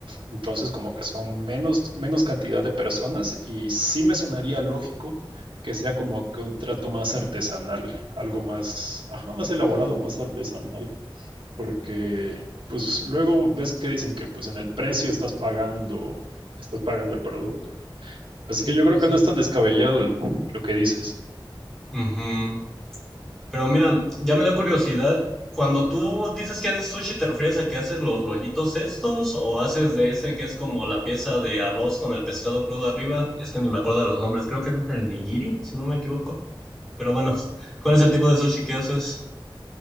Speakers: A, on the right; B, in the centre.
A: entonces como que son menos, menos cantidad de personas y sí me sonaría lógico que sea como que un trato más artesanal, algo más, ajá, más elaborado, más artesanal porque pues luego ves que dicen que pues en el precio estás pagando, estás pagando el producto. Así
B: Mm,
A: que yo creo
B: Puede
A: que
B: ser.
A: no es tan descabellado el- lo que dices.
B: Ujú. Pero mira, ya me dio curiosidad. Cuando tú dices que haces sushi, ¿te refieres a que haces los rollitos estos o haces de ese que es como la pieza de arroz con el pescado crudo arriba? Es que ni me acuerdo de los nombres, creo que es el nigiri, si no me equivoco. Pero bueno, <laughs> ¿cuál es el tipo de sushi que haces?